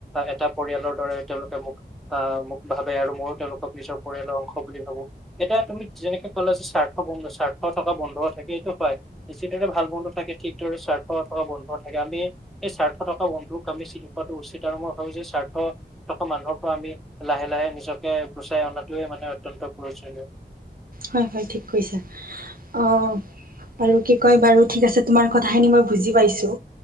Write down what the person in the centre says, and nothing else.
এটা পৰিয়ালৰ দৰে তেওঁলোকে মোক আহ মোক ভাবে আৰু ময়ো তেওঁলোকক নিজৰ পৰিয়ালৰ অংশ বুলি ভাবো, এতিয়া তুমি যেনেকে ক'লা যে স্বাৰ্থ বন্ধু স্বাৰ্থ থকা বন্ধুও থাকে। সেইটো হয় যিদৰে ভাল বন্ধু থাকে, ঠিকদৰে স্বাৰ্থ থকা বন্ধুও থাকে আমি এই স্বাৰ্থ থকা বন্ধু,। তোক আমি চিনি পোৱাটো উচিত আৰু মই ভাবো যে স্বাৰ্থ থকা মানুহৰ পৰা আমি লাহে লাহে নিজকে গো চাই অনাটোৱে মানে অত্যন্ত প্ৰয়োজনীয়।